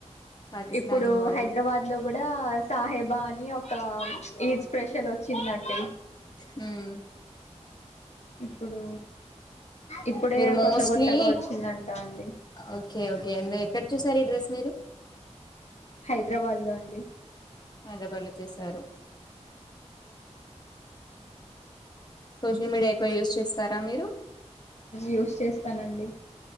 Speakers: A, on the left (about 35°); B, on the left (about 65°).
A: పాకిస్తానీ
B: ఇప్పుడు
A: మోడల్
B: హైదరాబాద్ లో కూడా సాహెబా అని ఒక ఈద్ స్పెషల్ వచ్చ చిదండి
A: హ్మ్మ్
B: ఇప్పుడు ఇప్పుడే
A: మీరు మోస్ట్లీ
B: కొత్త కొత్తగా వచ్చిందంటా అండి
A: ఓకే ఓకే అ ఎక్కడ చూసారు ఈ డ్రెస్ మీరు
B: హైదరాబాద్ లో అండి
A: హైదరాబాద్లొ చేసారు సోషల్ మీడియా ఎక్కువ యూజ్ చేస్తారా మీరు
B: యూస్ చేస్తానండి